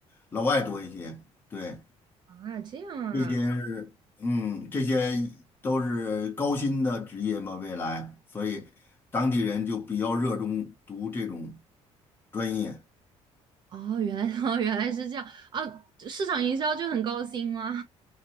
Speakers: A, on the left; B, on the right.
A: 老外多一些。对，
B: 啊，这样啊，
A: 这些是嗯，这些都是高薪的职业嘛，未来，所以当地人就比较热衷读这种专业。
B: 哦，原来 <laughs> 哦原来是这样啊，市场营销就很高薪吗？